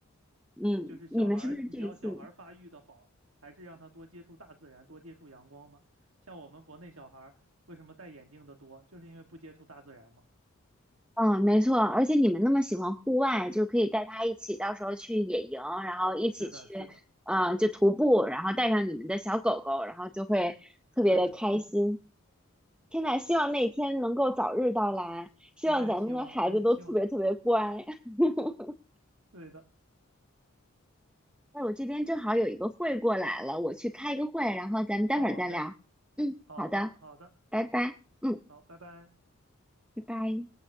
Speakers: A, in the centre; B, on the right (about 80°).
A: 嗯，
B: 就是小孩儿，
A: 你们是不是这一次？
B: 你要小孩儿发育的好，还是让他多接触大自然，多接触阳光嘛。像我们国内小孩儿为什么戴眼镜的多，就是因为不接触大自然嘛。
A: 嗯，没错。而且你们那么喜欢户外，就可以带他一起，到时候去野营，然后一起去，
B: 是的，是的，
A: 呃，就徒步，然后带上你们的小狗狗，然后就会特别的开心。
B: 对的，
A: 天呐，希望那天能够早日到来，希望咱们的孩子都特别特别乖。
B: 我也希望，我也希望，
A: <laughs>
B: 对的。
A: 哎，我这边正好有一个会过来了，我去开个会，然后咱们待会儿再聊。
B: 好嘞，
A: 嗯，
B: 好的，
A: 好的，
B: 好的，
A: 拜拜。嗯，
B: 好，拜拜。
A: 拜拜。